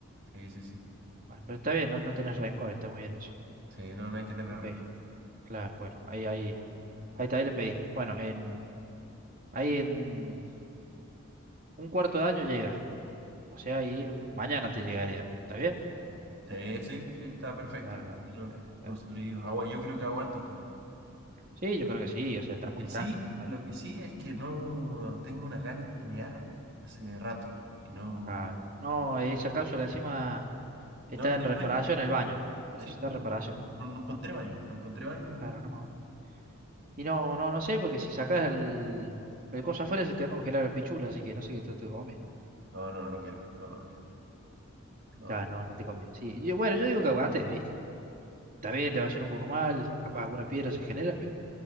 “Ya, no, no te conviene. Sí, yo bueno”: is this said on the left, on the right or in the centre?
Right